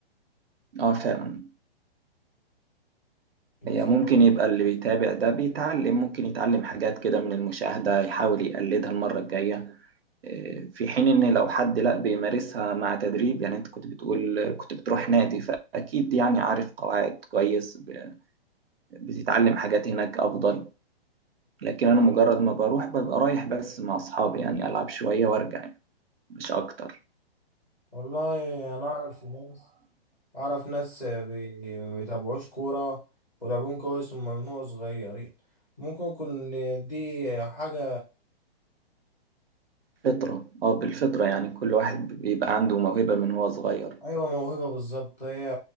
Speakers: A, on the right; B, in the centre.
A: اه فعلا
B: بالظبط
A: هي ممكن يبقى اللي بيتابع ده بيتعلم ممكن يتعلم حاجات كده من المشاهدة يحاول يقلدها المرة الجاية في حين ان لو حد لا بيمارسها مع تدريب يعني انت كنت بتقول كنت بتروح نادي فاكيد يعني عارف قواعد كويس ب- بتتعلم حاجات هناك افضل لكن انا مجرد ما بروح ببقى رايح بس مع اصحابي يعني العب شوية وارجع يعني مش اكتر
B: والله انا اعرف ناس اعرف ناس بي... ما بيتابعوش كورة ولعبهم كويس من هو صغيرين ممكن يكون دي حاجة
A: فطرة اه بالفطرة يعني كل واحد بيبقى عنده موهبة من هو صغير
B: أيوة موهبة بالظبط هي